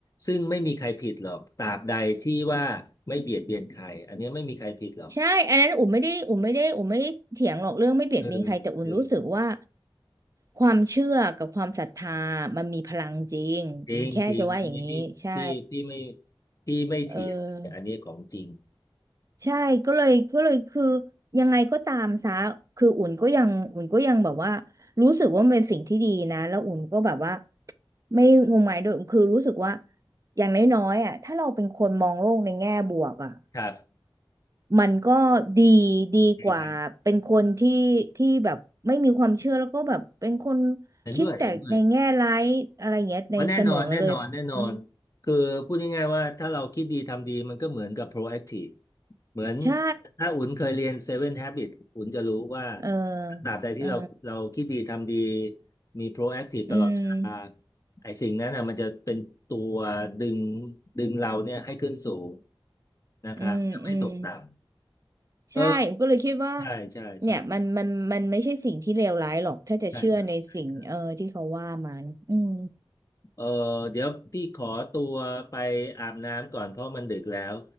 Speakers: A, on the left; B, on the right.
A: ซึ่งไม่มีใครผิดหรอกตราบใดที่ว่าไม่เบียดเบียนใครอันเนี้ยไม่มีใครผิดหรอก
B: ใช่อันนั้นอุ่มไม่ได้อุ่มไม่ได้อุ่มไม่ได้เถียงหรอกเรื่องไม่เบียดเบียนใครแต่อุ่นรู้สึกว่า
A: เออเออ
B: ความเชื่อกับความศรัทธามันมีพลังจริงอุ่นแค่จะว่าอย่างนี้ใช่
A: จริงจริงอันนี้พี่พี่พี่ไม่พี่ไม่เถียงอันนี้ของจริง
B: เออใช่ก็เลยก็เลยคือยังไงก็ตามซะคืออุ่นก็ยังอุ่นก็ยังแบบว่ารู้สึกว่ามันเป็นสิ่งที่ดีนะแล้วอุ่นก็แบบว่าไม่งมงายด้วยคือรู้สึกว่าอย่างน้อยๆอ่ะถ้าเราเป็นคนมองโลกในแง่บวกอ่ะ
A: ครับ
B: มันก็ดีดีกว่าเป็นคนที่ที่แบบไม่มีความเชื่อแล้วก็แบบเป็นคน
A: ครับเห็นด้วยเห็นด้วย
B: คิดแต่ในแง่ร้ายอะไรอย่างเงี้ยในเสมอเลยอืม
A: อ๋อแน่นอนแน่นอนแน่นอนคือพูดง่ายๆว่าถ้าเราคิดดีทำดีมันก็เหมือนกับ proactive เหมือน
B: ใช่
A: ถ้าอุ่นเคยเรียน Seven Habits อุ่นจะรู้ว่า
B: เออ
A: ตราบใดที่เราเราคิดดีทำดี
B: เออ
A: มี proactive
B: อืม
A: ตลอดเวลาไอ้สิ่งนั้นนะมันจะเป็นตัวดึงดึงเราเนี่ยให้ขึ้นสูงนะครับจะไม่ตกต่
B: อืมอืม
A: ำเออ
B: ใช่ก็เลยคิดว่า
A: ใช่ใช่ใช่
B: เนี่ยมันมันมันไม่ใช่สิ่งที่เลวร้ายหรอกถ้าจะเชื่อในสิ่งเออที่เขาว่ามันอืม
A: ใช่ครับ เออเดี๋ยวพี่ขอตัวไปอาบน้ำก่อนเพราะมันดึกแล้ว